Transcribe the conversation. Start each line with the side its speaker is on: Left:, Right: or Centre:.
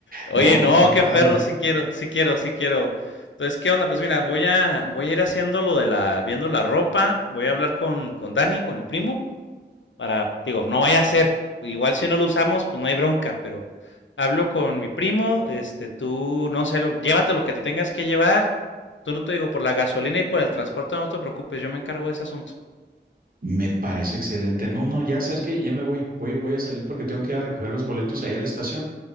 Left: Oye,
Right: No,
Left: no,
Right: qué padre.
Left: qué perro, sí quiero, sí quiero, sí quiero. Entonces, ¿qué onda? Pues mira, voy a, voy a ir haciendo lo de la, viendo la ropa, voy a hablar con, con Dani, con mi primo, para, digo, no vaya a ser. Igual si no lo usamos, pues no hay bronca, pero hablo con mi primo, este, tú, no sé, lo, llévate lo que te tengas que llevar. Tú no te digo, por la gasolina y por el transporte no te preocupes, yo me encargo de ese asunto.
Right: Me parece excelente. No, no, ya sabes que ya me voy. Voy, voy a salir porque tengo que ir a recoger los boletos ahí a la estación.